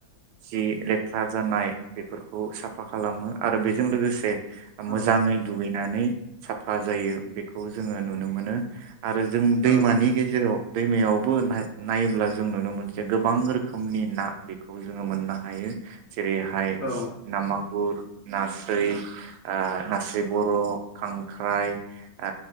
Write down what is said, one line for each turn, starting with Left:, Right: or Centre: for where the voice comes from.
Right: जि लेथ्रा जानाय बेफोरखौ साफा खालामो आरो बेजों लोगोसे
Left: औ
Right: मोजाङै दुगै नानै साफा जायो बेखौ जोङो नुनो मोनो आरो जों दैमानि
Left: औ
Right: गेजेराव दैमायावबो नायोब्ला जों नुनो मोनो जे गोबां रोखोमनि ना बेखौ जोङो मोननो हायो। जेरैहाय
Left: औ
Right: नामा गुुर, नास्रोय ओ नास्रोय बर' खांख्राइ ओ